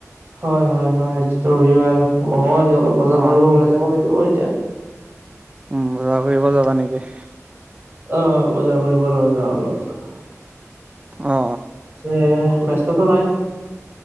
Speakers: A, on the right; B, on the right.
A: হয় হয় হয়, এইটো ৰবিবাৰ মইয়ো অলপ বজাৰ
B: অ
A: কৰিব ওলাই যাব লাগিব এতিয়া।
B: উম, বজাৰ কৰিব যাবা নেকি?
A: অ বজাৰ কৰিব ৰ যা অলপ <unintelligible>
B: অঁ।
A: পিছে ব্যস্ততো নাই।